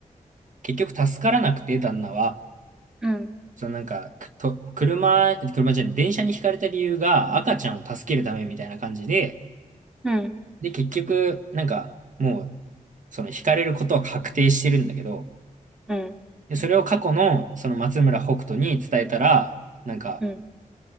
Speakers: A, on the right; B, in the centre.
A: 結局助からなくて、旦那は。
B: うん、
A: そのなんか、くと、車、車じゃない、電車にひかれた理由が赤ちゃんを助けるためみたいな感じで、
B: うん、
A: で、結局、なんか、もう、そのひかれることは確定してるんだけど、
B: うん、
A: で、それを過去の、その松村北斗に伝えたら、なんか、
B: うん、